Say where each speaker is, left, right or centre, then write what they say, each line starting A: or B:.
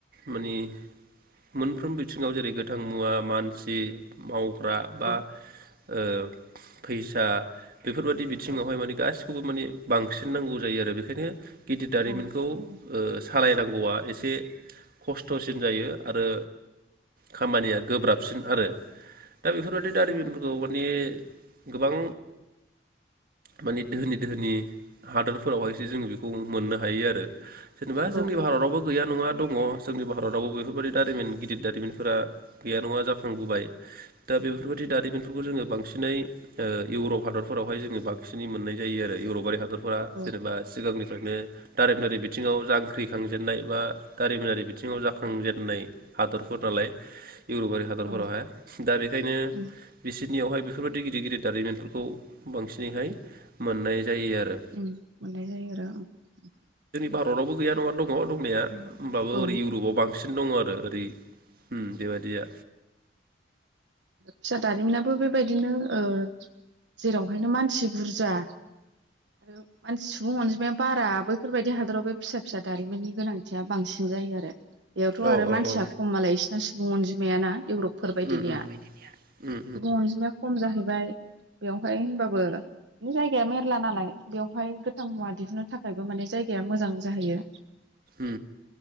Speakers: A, on the right (about 50°); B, on the right (about 70°).
A: माने मोनफ्रोमबो बिथिङाव जेरै गोथां मुवा मानसि मावग्रा बा‌
B: औ
A: ओ फैसा बेफोरबादि बिथिङावहाय
B: औ
A: माने गासि खौबो माने बांसिन नांगौ जायो आरो बेखायनो गिदिर दारिमिनखौ
B: औ थारैनो
A: ओ नायनांगौवा एसे खस्थसिन जायो आरो खामानिया गोब्राबसिन आरो दा बेफोरबायदि दारिमिनफोरखौ
B: औ
A: माने गोबां माने दोहोनि दोहोनि हादोरफोरावहायसो जोंङो बेखौ मोननो हायो आरो जेनेबा जोंनि
B: औ
A: भारदावबो गैया नङा दंङ जोंनि भारदावबो बेफोरबायदि दारिमिन गिदिद दारिमिन फोरा गैया नङा जाखांबोबाय दा बेफोरबायदि दारिमिनफोरखौ जोंङो बांसि नै ओ इउरप हादरफोरावहाय जोंङो बांसिनै मोननाय जायो आरो इउरपारि हा दरफोरा
B: औ
A: जेनेबा सिगांनिफ्रायनो दारिमिनारि बि थिङाव जांख्रिखांजेननाय बा दारिमिनारि बिथिङाव जाखांजेननाय हादर फोर नालाय इउरबआरि हादरफोरावहाय
B: औ
A: दा बेखायनो
B: औ
A: बिसि नियावहाय बेफोरबायदि गिदिर गिदिर दारिमिनफोरखौ बांसिनैहाय मोननाय जायो आरो
B: उम मोनाय जायो आरो उम
A: भारदावबो गैया नङा दंङ दंनाया होमब्लाबो
B: औ
A: ओरै इउरबाव बांसिन दंङ आरो ओरै उम बेबायदिया
B: फिसा दारिमिनाबो बेबायदिनो ओ जेरावहायनो मानसि बुरजा आरो मानसि सुबुं अनजिमाया बारा बैफोरबायदि हादराव बे फिसा फिसा दारिमिननि गोनांथिया बांसिन जायो आरो बेयावथ'
A: औ
B: आरो
A: औ
B: मानसिया
A: औ
B: खम मालाय इसिना सुबुं अनजिमायाना इउरबफोर बायदिनिया
A: उम उम उम
B: सुबुं अनजिमा खम जाहैबाय बेवहाय होनबाबो बे जायगाया मेरला नालाय बेवहाय गोथां मुवा दिहुननो थाखायबो माने जायगाया मोजां जाहैयो
A: उम